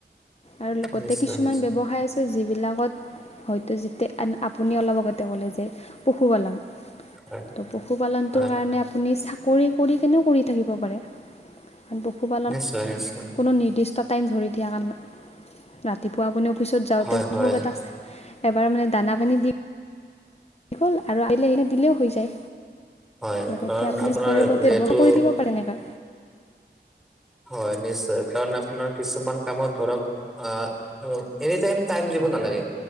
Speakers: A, on the left; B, in the centre.
A: আৰু লগতে
B: নিশ্চয়
A: কিছুমান
B: নিশ্চয়
A: ব্যৱসায় আছে যিবিলাকত হয়তো যেতিয়া আন আপুনি অলপ আগতে ক'লে যে পশুপালন
B: হয়
A: ত' পশুপালনটোৰ
B: হয়
A: কাৰণে আপুনি চাকৰি কৰি কেনেও কৰি থাকিব পাৰে। আৰু পশুপালন
B: নিশ্চয় নিশ্চয়
A: কোনো নিৰ্দিষ্ট টাইম ধৰি দিয়া কাৰনে ৰাতিপুৱা আপুনি অফিচত যাওঁতে
B: হয়
A: <unintelligible>
B: হয়
A: এবাৰ মানে দানা পানী দি হ'ল আৰু <unintelligible> এনে দিলেওঁ হৈ যায়।
B: হয়
A: লগতে
B: কাৰণ
A: আপুনি
B: আপোনাৰ
A: <unintelligible> ব্যৱহাৰ
B: যিহেতু
A: কৰি থাকিব পাৰে এনেকা।
B: হয়, নিশ্চয় কাৰণ আপোনাৰ কিছুমান কামত ধৰক অ এনি টাইম-টাইম দিব নালাগে।